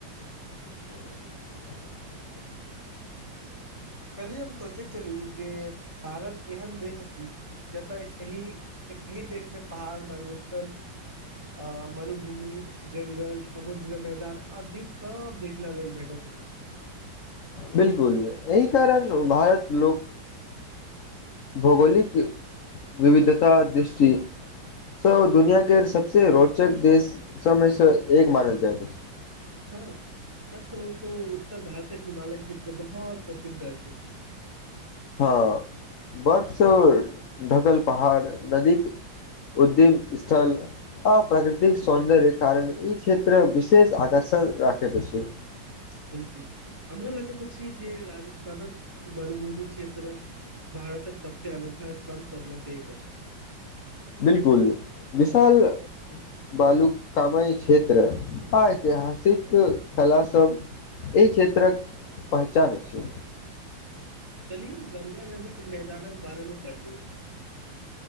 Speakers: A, on the left; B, on the right.
A: <unintelligible>
B: कली हम सोचैत छललू जे भारत एहन देश अछि जतऽ एहि एकही देशमे पहाड़ मरुस्थल अ मरु भूमि जंगल समुद्र मैदान आदीप सब देखला लेल भेटैत छै <unintelligible>
A: बिलकुल एहि कारण भारत लोक भौगोलिक विविधता दृष्टि स दुनिया के सबस रोचक देश सबमेसँ एक मानल जाय त छै
B: हँ सच कहू तो उत्तर भारतक हिमालय क्षेत्र बहुत प्रसिद्ध अछि छै
A: हँ बर्फसँ ढकल पहाड़ नदीक उद्दीम स्थल आ प्राकृतिक सौन्दर्य कारण ई क्षेत्र विशेष आकर्षण क राखै त छै
B: बिल्कुल हमरा लगैत अछि जे राजस्थानक वरभूमि क्षेत्र भारतक सबसे अनोखा स्थान सबमे से एक अछि
A: बिल्कुल विशाल बालू कामय क्षेत्र आ ऐतिहासिक कला सब एहि क्षेत्रक पहचान अछि
B: कलि हम गंगा नदी के मैदानक बारेमे पढ़लू